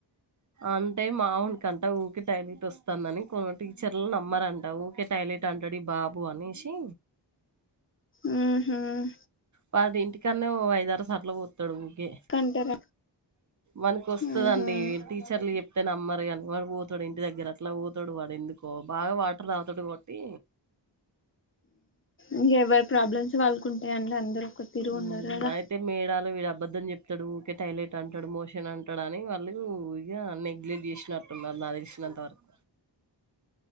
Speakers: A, on the right; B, on the left.
A: అంటే మావన్కంట ఊర్కే టాయిలెట్ వస్తాందని కొ టీచర్లు నమ్మరంట ఊకె టాయిలెట్ ట్టంటడు ఈ బాబు అనేసి
B: మ్మ్ హ్మ్
A: వాడు ఇంటికనే ఓ ఐదు ఆరుసార్లు పోస్తాడు ఓకే
B: కంటార
A: వనుకోస్తదండి
B: ఆహా
A: టీచర్లు చెప్తే నమ్మరు కానుక ఊతాడు ఇంటి దగ్గర అట్లా ఊతాడు వాడు ఎందుకో బాగా వాడు ల తోటి కొట్టి
B: ఇంగా ఎవరి ప్రాబ్లమ్స్ వాళ్ల కి ఉంటాయిండి అందరు ఒక తీరు
A: ఉ
B: ఉండరు కదా
A: ఆయితే తే మేడాలు వీడు అబద్ధం చెప్తాడు ఊకే టాయిలెట్ అంటాడు మోషన్ అంటాడు అని వాళ్ళు నెగ్లెట్ చేసినారు గట్ల ఉన్నరు నాకు తెలిసినంతవరకు